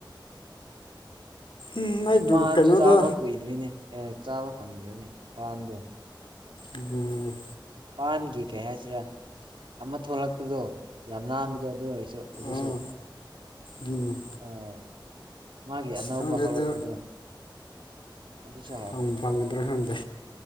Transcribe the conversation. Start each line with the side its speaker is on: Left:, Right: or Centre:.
Left: ꯎꯝ ꯑꯩ ꯗꯨ
Right: ꯄꯥꯟꯁꯨ
Left: ꯀꯩꯅꯣꯗ
Right: ꯆꯥꯕ ꯀꯨꯏꯗ꯭ꯔꯦꯅꯦ ꯑꯦ ꯆꯥꯕ ꯐꯪꯗ꯭ꯔꯤꯅꯦ ꯄꯥꯟꯗꯣ
Left: ꯎꯝ
Right: ꯄꯥꯟꯒꯤ ꯀꯩ ꯍꯥꯏꯁꯤꯔꯥ ꯑꯃ ꯊꯣꯛꯂꯛꯄꯗꯣ ꯌꯥꯝ ꯅꯥꯟꯕꯗꯣ ꯑꯗꯨ ꯑꯣꯏꯔꯁꯨ ꯑꯗꯨꯁꯨ
Left: ꯑꯥ ꯎꯝ
Right: ꯑꯥ ꯃꯥꯒꯤ ꯑꯅꯧꯕ
Left: ꯈꯪꯗꯦꯗ
Right: ꯍꯧꯔꯛꯄꯗꯣ ꯑꯗꯨꯁꯨ
Left: ꯐꯪꯕꯨ ꯐꯪꯒꯗ꯭ꯔꯥ ꯈꯪꯗꯦ